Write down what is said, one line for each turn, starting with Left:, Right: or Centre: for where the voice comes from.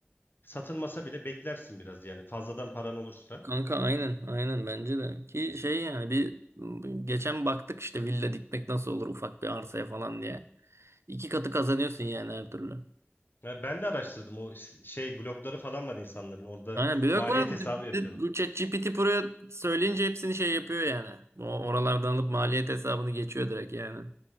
Left: satılmasa bile beklersin biraz yani fazladan paran olursa.
Right: Kanka aynen aynen bence de. Ki şey yani bir geçen baktık işte villa dikmek nasıl olur ufak bir arsaya falan diye. İki katı kazanıyorsun yani her türlü.
Left: Ya ben de araştırdım o s- şey blogları falan var insanların orada
Right: Aynen blok
Left: maliyet
Right: var.
Left: hesabı
Right: Bir
Left: yapıyorlar.
Right: de Bu ChatGPT buraya söyleyince hepsini şey yapıyor yani. O oralardan alıp maliyet hesabını geçiyor direkt yani.